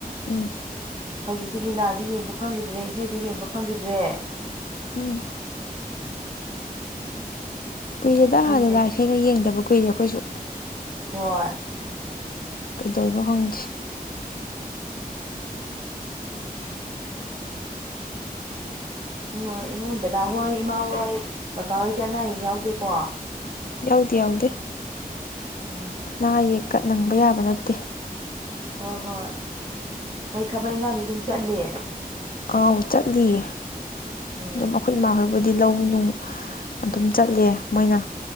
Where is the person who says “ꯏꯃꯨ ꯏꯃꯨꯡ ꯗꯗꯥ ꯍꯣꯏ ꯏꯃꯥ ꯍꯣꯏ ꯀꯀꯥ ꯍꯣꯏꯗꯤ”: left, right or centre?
Right